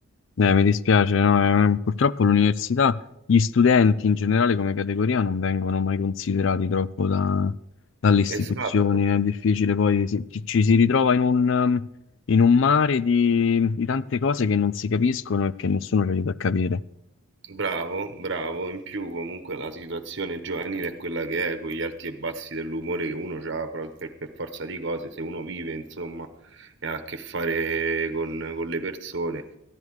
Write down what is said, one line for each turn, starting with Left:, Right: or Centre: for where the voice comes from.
Left: Eh, mi dispiace, no? eh, purtroppo l'università, gli studenti in generale come categoria non vengono mai considerati troppo da- dalle istituzioni,
Right: Esatto,
Left: è difficile poi, si- ci, ci si ritrova in un, um, in un mare di, di tante cose che non si capiscono e che nessuno ci aiuta a capire.
Right: bravo, bravo. In più comunque la situazione giovanile è quella che è, con gli alti e bassi dell'umore che uno ha per, per forza di cose, se uno vive, insomma, e ha a che fare con, con le persone,